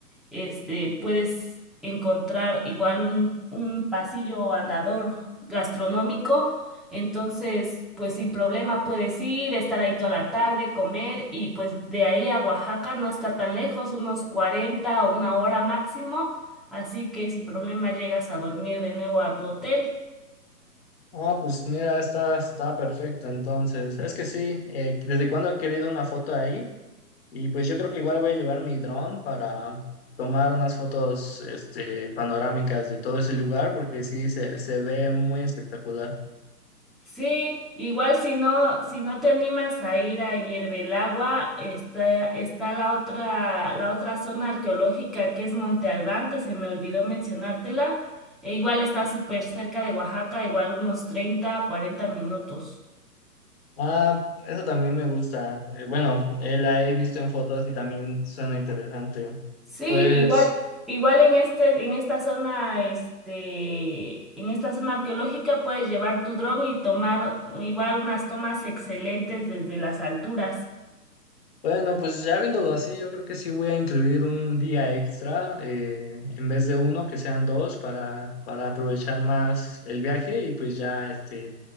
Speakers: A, in the centre; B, on the left.
A: este, puedes encontrar igual un, un pasillo andador gastronómico, entonces, pues sin problema puedes ir, estar ahí toda la tarde, comer y pues de ahí a Oaxaca no está tan lejos, unos 40 o una hora máximo, así que sin problema llegas a dormir de nuevo a tu hotel.
B: Ah, pues mira, está, está perfecta, entonces, es que sí, eh, desde cuando he querido una foto ahí, y pues yo creo que igual voy a llevar mi dron para tomar unas fotos, este, panorámicas de todo ese lugar, porque sí, se, se ve muy espectacular.
A: Sí, igual si no, si no te animas a ir a Hiervelagua, está, está la otra, la otra zona arqueológica que es Monte Albán, que se me olvidó mencionártela, e igual está súper cerca de Oaxaca, igual unos 30, 40 minutos.
B: Ah, eso también me gusta. Eh, bueno, eh, la he visto en fotos y también suena interesante.
A: Sí,
B: Pues,
A: igual, igual en este, en esta zona, este, en esta zona arqueológica puedes llevar tu dron y tomar igual unas tomas excelentes desde las alturas.
B: bueno, pues ya viéndolo así, yo creo que sí voy a incluir un día extra, eh, en vez de uno, que sean dos, para, para aprovechar más el viaje y pues ya este,